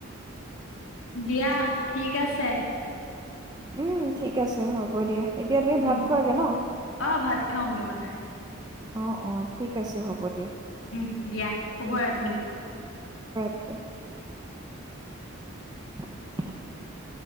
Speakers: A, on the left; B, on the right.
A: দিয়া ঠিক আছে।
B: উম, ঠিক আছে হ'ব দিয়া। এতিয়া তুমি
A: উম,
B: ভাত খোৱাগে ন
A: অহ ভাত খাওঁগে মানে।
B: অহ-অহ ঠিক আছে হ'ব। দিয়া
A: উম, দিয়া, শুভৰাত্ৰি।
B: উম উম <unintelligible> <unintelligible>